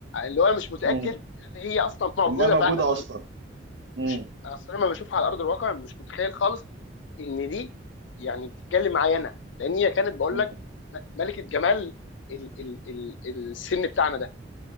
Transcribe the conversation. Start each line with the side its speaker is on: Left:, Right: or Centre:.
Left: اللي هو انا مش متاكد
Right: مم.
Left: هل هي اصلا موجوده
Right: انها موجوده
Left: فعلا
Right: اصلا
Left: ولا
Right: مم.
Left: مش اصل انا لما بشوفها على ارض الواقع مش متخيل خالص ان دي يعني بتتكلم معايا انا لان هي كانت بقول
Right: مم.
Left: لك م- ملكه جمال ال ال ال السن بتاعنا ده